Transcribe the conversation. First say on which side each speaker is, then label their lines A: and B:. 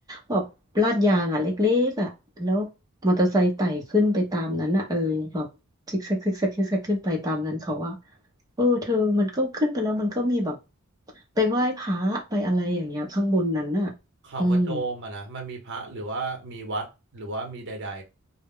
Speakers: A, on the right; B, on the right.
A: แบบลาดยางอ่ะเล็กๆอ่ะแล้วมอเตอร์ไซค์ไต่ขึ้นไปตามนั้นอ่ะเออแบบซิกแซกซิกแซกซิกแซกขึ้นไปตามนั้นเขาว่าเออเธอมันก็ขึ้นไปแล้วมันก็มีแบบไปไหว้พระไปอะไรอย่างเงี้ยข้างบนนั้นอ่ะ
B: เขากระโจมอะนะมันมีพระหรือว่ามีวัดหรือว่ามีใด
A: อืม